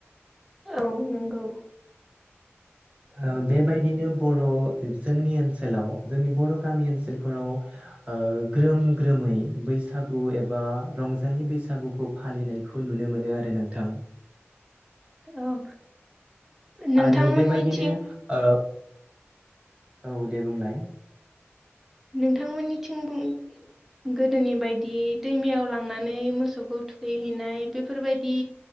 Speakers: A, in the centre; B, on the right.
A: औ नंगौ।
B: औ बेबायदिनो बर' जोंनि ओनसोलाव जोंनि बर' गामि ओनसोलफोराव ओ ग्रोम ग्रोमै बैसागु एबा रंजालि बैसागुखौ फालिनाय खौ नुनो मोनो आरो नोंथां।
A: औ। नोंथांमोननिथिं
B: आरो बेबायदिनो ओ औ दे बुंलाय।
A: नोंथांमोननिथिं बुं गोदोनि बायदि दैमायाव लांनानै मोसौखौ थुखैहैनाय बेफोरबायदि